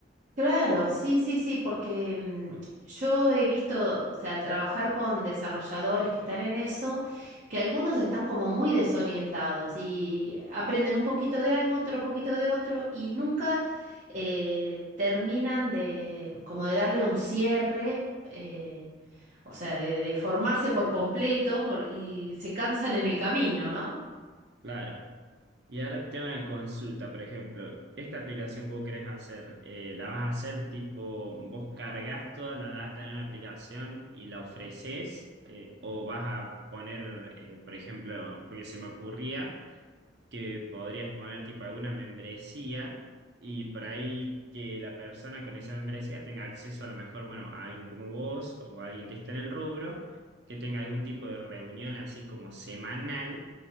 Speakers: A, on the right; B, on the right.
A: Claro, sí, sí, sí, porque mm, yo he visto, o sea, al trabajar con desarrolladores que están en eso, que algunos están como muy desorientados y aprenden un poquito de algo, otro poquito de otro y nunca eh, terminan de como de darle un cierre, eh, o sea, de, de formarse por completo por- y se cansan en el camino, ¿no?
B: Claro. Y ahora tengo una consulta, por ejemplo, esta aplicación que vos querés hacer, eh, ¿la vas a hacer tipo, vos cargas toda la data en la aplicación y la ofreces, eh, o vas a poner, eh, por ejemplo, porque se me ocurría que podrías poner tipo alguna membresía y por ahí que la persona con esa membresía tenga acceso a lo mejor, bueno, a alguien como vos o a alguien que esté en el rubro, que tenga algún tipo de reunión así como semanal